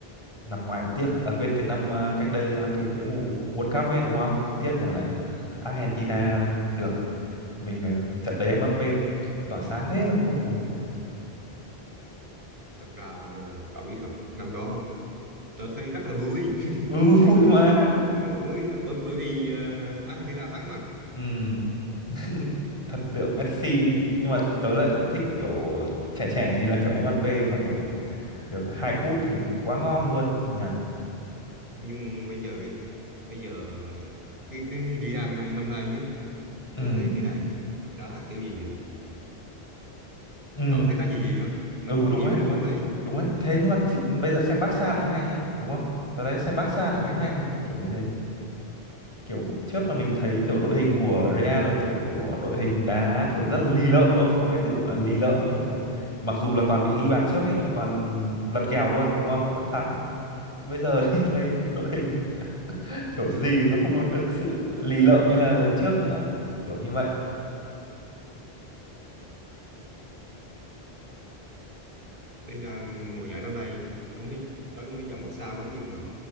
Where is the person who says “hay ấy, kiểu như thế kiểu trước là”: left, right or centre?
Left